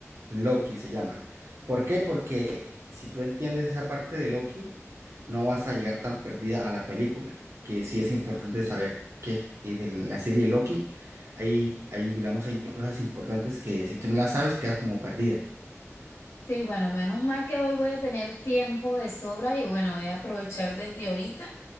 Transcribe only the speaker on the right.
Loki se llama. ¿Por
qué? Porque si tú entiendes esa parte de Loki, no vas a llegar tan perdida a la película, que sí es importante saber que, que de la serie de Loki hay, hay, digamos, hay cosas importantes que si tú no las sabes, quedas como perdida.